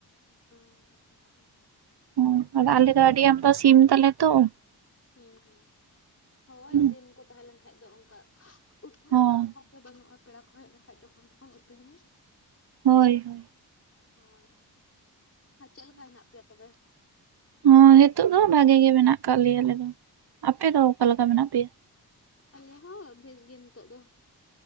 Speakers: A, on the left; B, on the right.
A: ᱚᱸ ᱟᱪᱪᱷᱟ
B: ᱦᱚᱸ
A: ᱟᱨ ᱪᱮᱫ
B: ᱟᱫᱚ
A: ᱞᱮᱠᱟ
B: ᱟᱞᱮ
A: ᱢᱮᱱᱟᱜ
B: ᱫᱚ ᱟᱹᱰᱤ
A: ᱯᱮᱭᱟ?
B: ᱟᱢᱫᱟ ᱥᱤᱢ ᱛᱟᱞᱮ ᱛᱚ,
A: ᱦᱩᱸ ᱦᱩᱸ ᱦᱳᱭ
B: ᱦᱚᱸ
A: ᱥᱤᱢ ᱠᱚ ᱛᱟᱦᱮᱸ ᱞᱮᱱ ᱠᱷᱟᱱ ᱫᱚ ᱚᱱᱠᱟ ᱩᱛ ᱠᱚᱨᱮᱱᱟᱜ
B: ᱦᱳᱭ
A: ᱚᱵᱷᱟᱵᱽ... ᱫᱚ ᱵᱟᱹᱱᱩᱜᱼᱟ ᱯᱮᱲᱟ ᱠᱚ ᱦᱮᱡ ᱞᱮᱱᱠᱷᱟᱱ ᱡᱚᱠᱷᱚᱱ ᱛᱚᱠᱷᱚᱱ ᱩᱛᱩᱭ ᱢᱮ
B: ᱦᱳᱭ ᱦᱳᱭ
A: ᱦᱳᱭ ᱟᱨ ᱪᱮᱫ ᱞᱮᱠᱟ ᱦᱮᱱᱟᱜ ᱯᱮᱭᱟ ᱛᱚᱵᱮ
B: ᱦᱚᱸᱭ ᱦᱤᱛᱚᱜ ᱫᱚ ᱵᱷᱟᱹᱜᱤ ᱜᱮ ᱢᱮᱱᱟᱜ ᱟᱠᱟᱫ ᱞᱮᱭᱟ ᱟᱞᱮ ᱫᱚ, ᱟᱯᱮ ᱫᱚ ᱚᱠᱟ ᱞᱮᱠᱟ ᱢᱮᱱᱟᱜ ᱯᱮᱭᱟ
A: ᱟᱞᱮ ᱦᱚᱸ ᱵᱮᱥ ᱜᱮ ᱱᱤᱛᱚᱜ ᱫᱚ